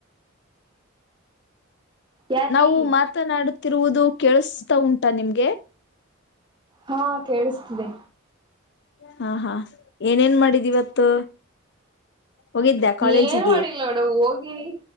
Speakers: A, on the right (about 20°); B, on the left (about 55°).
A: ಯಾರೀ
B: ನಾವು ಮಾತನಾಡು ತಿರುವುದು ಕೇಳಿಸ್ತಾ ಉಂಟಾ ನಿಮಗೆ
A: ಹಾ ಕೇಳಿಸ್ತಿದೆ
B: ಹಾ ಹಾ ಏನೇನ್ ಮಾಡಿದ್ ಇವತ್ತು ಹೋಗಿದ್ದ್ಯಾ ಕಾಲೇಜಿಗೆ
A: ಏನ್ ಮಾಡಿಲ್ಲ ನೋಡು ಹೋಗಿನಿ